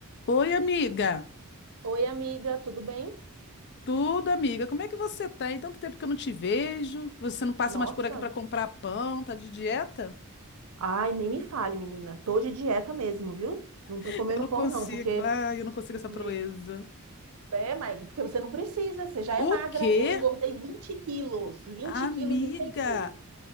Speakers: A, on the left; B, on the right.
A: Oi, amiga.
B: Oi, amiga, tudo bem?
A: Tudo, amiga. Como é que você tá? Tem tanto tempo que eu não te vejo. Você não passa
B: Nossa,
A: mais por aqui pra comprar pão, tá de dieta?
B: ai, nem me fale, menina. Tô de dieta mesmo, viu? Não tô
A: <laughs>
B: comendo
A: Eu não
B: pão,
A: consigo.
B: não, porque.
A: Ai, eu não consigo essa
B: Me-
A: proeza.
B: É, Maica, porque você não precisa, você já
A: O
B: é magra.
A: quê?
B: Eu engordei 20 quilos, 20
A: Amiga,
B: quilos em seis meses.